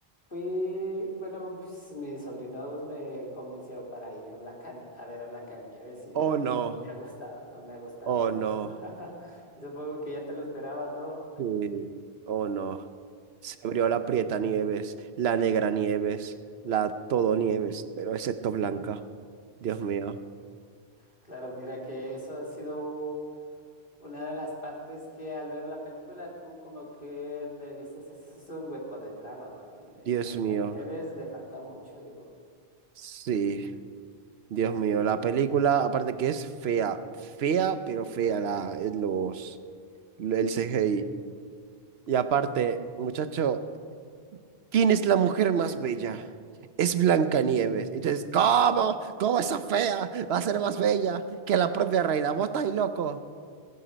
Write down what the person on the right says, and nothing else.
Oh,
no.
Oh,
no.
Sí. Oh, no. Se abrió la Prieta Nieves, la Negra Nieves, la Todo Nieves, pero excepto Blanca. Dios mío.
Dios
mío.
Sí. Dios
mío. La película, aparte que es fea. Fea, pero fea la, los, el CGI. Y aparte,
muchacho. ¿Quién es la mujer más bella? Es Blancanieves. Y tú dices, ¿cómo? ¿Cómo esa fea va a ser más bella que la propia reina? ¿Vos estás ahí loco?